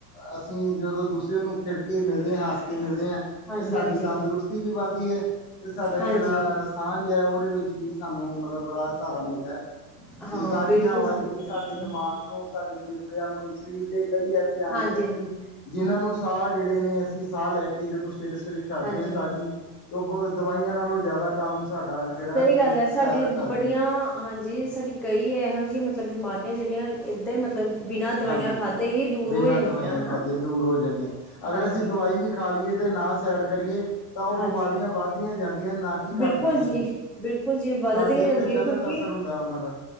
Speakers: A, on the left; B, in the centre.
A: ਅਸੀਂ ਜਦੋਂ ਦੂਸਰੇ ਨੂੰ ਖਿੜ ਕੇ ਮਿਲਦੇ ਹ ਹੱਸ ਕੇ ਮਿਲਦੇ ਹਾਂ
B: ਹਾਂਜੀ,
A: ਅਤੇ ਸਾਡੀ
B: ਹਾਂਜੀ,
A: ਤੰਦਰੁਸਤੀ ਵੀ ਵੱਧਦੀ ਹੈ ਅਤੇ ਸਾਡਾ
B: ਹਾਂਜੀ
A: ਜਿਹੜਾ ਸਾਂਝ ਹੈ ਉਹਦੇ ਵਿੱਚ ਵਿੱਚ ਵੀ ਸਾਨੂੰ ਮਤਲਬ ਬੜਾ ਸਹਾਰਾ ਮਿਲਦਾ
B: ਹਾਂ
A: ਤੇ ਤਾਜ਼ੀ
B: ਬਿਲਕੁਲ
A: ਹਵਾ
B: ਸਹੀ
A: ਜਿਹੜੀ
B: ਕਿਹਾ
A: ਸਾਡੇ
B: ਤੁਸੀਂ
A: ਦਿਮਾਗ ਨੂੰ ਸਾਡੇ ਫੇਫੜਿਆਂ ਨੂੰ ਸਰੀਰ ਦੇ ਕਈ ਐ ਸੇ ਅੰਗ
B: ਹਾਂਜੀ,
A: ਨੇ
B: ਹਾਂਜੀ,
A: ਜਿਨਾਂ ਨੂੰ ਸਾਹ ਜਿਹੜੇ ਨੇ ਅਸੀਂ ਸਾਹ ਲੈ ਕੇ ਜਦੋਂ ਸਵੇਰੇ ਸਵੇਰੇ ਛੱਡਦੇ
B: ਹਾਂਜੀ
A: ਹਾਂ ਤਾ ਜੀ ਓਹ ਬੋਤ ਦਵਾਈਆਂ ਨਾਲੋਂ ਜ਼ਿਆਦਾ ਕੰਮ ਸਾਡਾ ਜਿਹੜਾ
B: ਸਹੀ ਗੱਲ ਹੈ ਸਾਡੀ
A: ਸੈਰ ਕਰਦੀਆਂ
B: ਬੜੀਆਂ ਹਾਂਜੀ ਸਾਡੀ ਕਈ ਇਹੋ ਜਿਹੀਆਂ ਮਤਲਬ ਬਿਮਾਰੀਆਂ ਜਿਹੜੀਆਂ ਇੱਦਾਂ ਹੀ ਮਤਲਬ ਬਿਨਾਂ ਦਵਾਈਆਂ
A: ਹਾਂਜੀ
B: ਖਾਧੇ
A: ਹਾਂ
B: ਹੀ ਦੂਰ
A: ਬਿਨਾਂ
B: ਹੋ ਜਾਂਦੀਆਂ
A: ਦਵਾਈਆਂ
B: ਹਨਾ
A: ਖਾਧੇ ਦੂਰ ਹੋ ਜਾਂਦੀਆਂ ਅਗਰ
B: ਹਾਂਜੀ,
A: ਅਸੀਂ ਦਵਾਈ ਵੀ ਖਾ ਲਈਏ ਤੇ ਨਾ ਸੈਰ ਕਰੀਏ ਤਾਂ ਉਹ
B: ਹਾਂਜੀ
A: ਬਿਮਾਰੀਆਂ ਵੱਧਦੀਆਂ ਜਾਂਦੀਆਂ ਨਾ ਕਿ
B: ਬਿਲਕੁਲ
A: ਘੱਟਦੀਆਂ
B: ਜੀ
A: ਨੇ
B: ਬਿਲਕੁਲ ਜੀ ਵਦਦੀਆਂ
A: ਸਾਡੇ ਉੱਤੇ
B: ਜਾਂਦੀ ਹੈ
A: ਗ਼ਲਤ
B: ਕਿਉਂਕਿ
A: ਅਸਰ ਹੁੰਦਾ ਉਹਨਾਂ ਦਾ